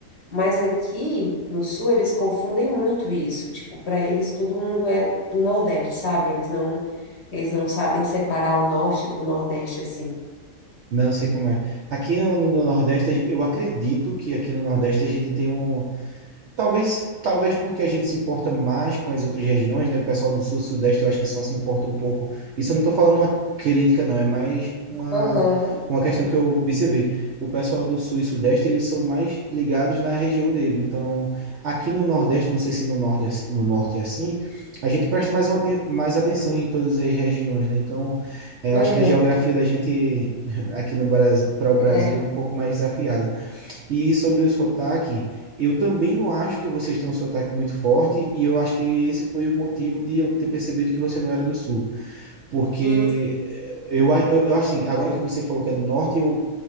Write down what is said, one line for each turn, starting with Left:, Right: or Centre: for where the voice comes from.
Left: Mas aqui no sul eles confundem muito isso. Tipo, para eles todo mundo é do Nordeste, sabe? Eles não eles não sabem separar o norte do Nordeste assim.
Right: Não sei como é. Aqui no, no no Nordeste, eu acredito que aqui no Nordeste a gente tem um Talvez, talvez porque a gente se importa mais com as outras regiões, né? O pessoal do sul sudeste eu acho que só se importa um pouco. Isso eu não estou falando uma crítica, não, é mais uma,
Left: Aham,
Right: uma questão que eu observei. O pessoal do sul e sudeste, eles são mais ligados na região dele. Então, aqui no nordeste, não sei se no norte, é assim- no norte é assim, a gente presta mais, uma, aten- mais atenção em todas as regiões, né? Então, é, eu
Left: aham.
Right: acho que a geografia da gente <laughs> aqui no Brasil, para o Brasil
Left: É,
Right: é um pouco mais afiada. E sobre o sotaque, eu também não acho que vocês têm um sotaque muito forte, e eu acho que esse foi o motivo de eu ter percebido que você não era do sul. Porque
Left: Sim, sim,
Right: eh, eu, a- eu, eu acho assim, agora que você falou que é do norte, eu,